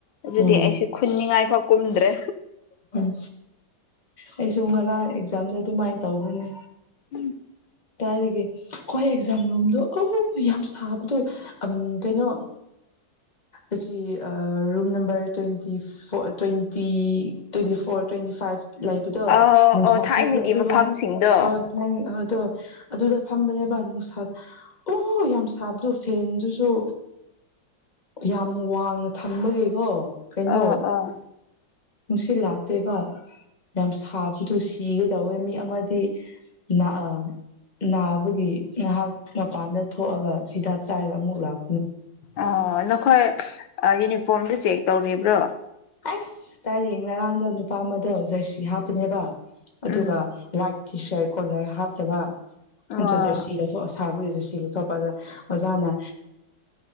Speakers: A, on the left (about 85°); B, on the left (about 25°).
A: ꯑꯗꯨꯗꯤ
B: ꯎꯝ
A: ꯑꯩꯁꯦ ꯈꯨꯟꯅꯤꯡꯉꯥꯏꯐꯥꯎ ꯀꯨꯝꯗ꯭ꯔꯦ
B: ꯎꯝ ꯑꯩꯁꯨ ꯉꯔꯥꯡ ꯑꯦꯛꯖꯥꯝꯗ ꯑꯗꯨꯃꯥꯏꯅ ꯇꯧꯕꯅꯦ
A: ꯎꯝ
B: ꯇꯔꯗꯒꯤ ꯑꯩꯣꯏ ꯑꯦꯛꯖꯥꯝ ꯔꯣꯝꯗꯨ ꯑ ꯌꯥꯝ ꯁꯥꯕꯗꯣ ꯎꯝ ꯀꯩꯅꯣ ꯑꯁꯤ ꯔꯨꯝ ꯅꯝꯕꯔ ꯇ꯭ꯋꯦꯟꯇꯤ ꯐ twenty twenty four four twenty five ꯂꯩꯕꯗꯣ
A: ꯑ
B: ꯅꯨꯡꯁꯥ
A: ꯑꯣ ꯊꯥꯏꯅꯒꯤ
B: ꯑꯗꯨꯒꯣꯝ
A: ꯃꯐꯝꯁꯤꯡꯗꯣ
B: ꯍꯣꯏ ꯍꯥꯏ ꯑꯗꯣ ꯑꯗꯨꯗ ꯐꯝꯕꯅꯦꯕ ꯅꯨꯡꯁꯥꯗ ꯑꯣ ꯌꯥꯝ ꯁꯥꯕꯗꯣ ꯐꯦꯟꯗꯨꯁꯨ ꯌꯥꯝ ꯋꯥꯡꯅ ꯊꯝꯕꯒꯦꯀꯣ ꯀꯩꯅꯣ
A: ꯑ ꯑꯣ
B: ꯅꯨꯡꯁꯤꯠ ꯂꯥꯛꯇꯦꯕ ꯌꯥꯝ ꯁꯥꯕꯗꯨ ꯁꯤꯒꯦ ꯇꯧꯋꯦ ꯃꯤ ꯑꯃꯗꯤ ꯂ ꯑ ꯅꯥꯕꯒꯤ ꯉꯍꯥꯛ ꯃꯄꯥꯟꯗ ꯊꯣꯛꯑꯒ ꯍꯤꯗꯥꯛ ꯆꯥꯏꯔꯒ ꯑꯃꯨꯛ ꯂꯥꯛ
A: ꯑꯣ ꯅꯈꯣꯏ ꯌꯨꯅꯤꯐꯣꯔꯝꯗꯨ ꯆꯦꯛ ꯇꯧꯔꯤꯕ꯭ꯔꯣ
B: ꯑꯩꯁ ꯇꯥꯔꯦ ꯉꯔꯥꯡꯗ ꯅꯨꯄꯥ ꯑꯃꯗꯣ ꯖꯔꯁꯤ ꯍꯥꯞꯄꯅꯦꯕ ꯑꯗꯨꯒ
A: ꯎꯝ
B: ꯋꯥꯏꯠ ꯇꯤ ꯁꯔꯠ ꯀꯣꯂꯔ ꯍꯥꯞꯇꯕ
A: ꯑꯣ
B: ꯑ ꯖꯔꯁꯤ ꯂꯧꯊꯣꯛꯑꯁ ꯊꯥꯕꯒꯤꯁꯨ ꯁꯤꯂꯇꯣꯞꯄꯗ ꯑꯣꯖꯥꯅ